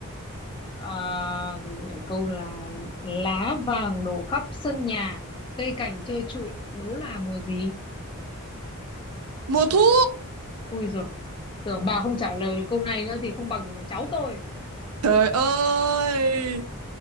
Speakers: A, on the left (about 20°); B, on the right (about 80°).
A: à, gì nhỉ? câu là lá vàng đổ khắp sân nhà cây cảnh trơ trụi đố là mùa gì
B: mùa thu
A: ui rồi tưởng bà không trả lời được câu này nữa thì không bằng cháu tôi
B: trời ơi